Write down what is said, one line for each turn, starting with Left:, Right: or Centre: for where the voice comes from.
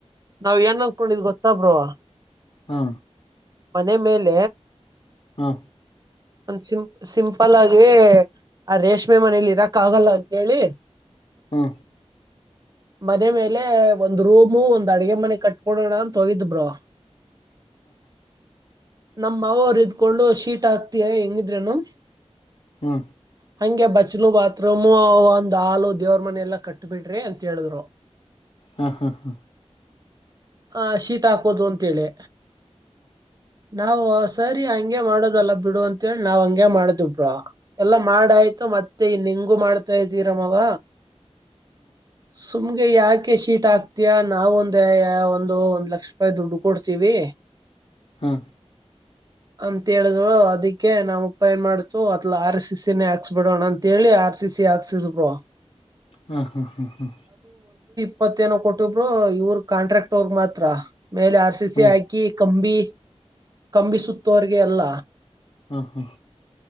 Right: ನಾವ್ ಏನ್ನ್ಕೊಂಡಿದ್ ಗೊತ್ತ ಬ್ರೋ.
Left: ಹಾ.
Right: ಮನೆ ಮೇಲೆ.
Left: ಹಾ.
Right: ಒಂದ್ ಸಿಂ ಸಿಂಪಲ್ ಆಗಿ. ಆ ರೇಷ್ಮೆ ಮನೇಲಿ ಇರಕ್ ಆಗಲ್ಲ ಅಂತೇಳಿ.
Left: ಹ್ಮ.
Right: <inaudible> ಮನೆ ಮೇಲೆ ಒಂದ್ ರೂಮು ಒಂದ್ ಅಡ್ಗೆ ಮನೆ ಕಟ್ಕೊಂಡೋಣ ಅಂತ ಹೊಗಿದ್ ಬ್ರೋ. ನಮ್ ಮಾವವ್ರು ಇದ್ಕೊಂಡು ಶೀಟ್ ಹಾಕ್ತಯ ಹೆಂಗಿದ್ರೇನು.
Left: ಹ್ಮ.
Right: ಹಂಗೆ ಬಚ್ಲು ಬಾತ್ರೂಮು ಒಂದ್ ಹಾಲು ದೇವ್ರ ಮನೆ ಎಲ್ಲಾ ಕಟ್ಟ ಬಿಡ್ರಿ ಅಂತ ಹೇಳಿದ್ರು.
Left: ಹಾ ಹಾ ಹಾ.
Right: ಹ ಶೀಟ್ ಹಾಕೋದು ಅಂತೇಳಿ. ನಾವು ಸರಿ ಹಂಗೆ ಮಾಡೋದಲ್ಲ ಬಿಡು ಅಂತೇಳಿ ನಾವ್ ಹಂಗೆ ಮಾಡ್ದು ಬ್ರೋ. ಎಲ್ಲಾ ಮಾಡಾಯ್ತು ಮತ್ತೆ ನಿಂಗು ಮಾಡ್ತಾ ಇದ್ದೀರ ಮಾವ. ಸುಮಗೆ ಯಾಕೆ. ಶೀಟ್ ಆಕ್ತಯಾ ನಾವ ಒಂದ ಒಂದು ಒಂದ್ ಲಕ್ಷ ರೂಪಾಯಿ ದುಡ್ಡು ಕೊಡ್ತೀವಿ.
Left: ಹಾ.
Right: <inaudible> ಅಂತ ಹೇಳಿದ್ರು ಅದಕ್ಕೆ ನಮ್ ಅಪ್ಪ ಎನ್ ಮಾಡ್ತು ಅದಲ ಆರ್ ಸಿ ಸಿನೇ ಹಾಕ್ಸ್ ಬಿಡೋಣ ಅಂತೇಳಿ ಆರ್ ಸಿ. ಸಿ ಆಕ್ಸದ್ ಬ್ರೋ.
Left: ಹ್ಮ ಹ್ಮ ಹ್ಮ ಹ್ಮ.
Right: ಇಪ್ಪತ್ತ ಎನೋ ಕೊಟ್ಟಿವು ಬ್ರೋ ಇವ್ರ ಕಾಂಟ್ರಾಕ್ಟ್ ಅವರ್ ಮಾತ್ರ ಮೇಲೆ ಆರ್ ಸಿ ಸಿ
Left: ಹ್ಮ್
Right: ಹಾಕಿ.
Left: ಹ್ಮ್ ಹ್ಮ್
Right: ಕಂಬಿ ಕಂಬಿಸುತ್ತೋರಿಗೆ ಎಲ್ಲ
Left: ಹಾಂ ಹಂ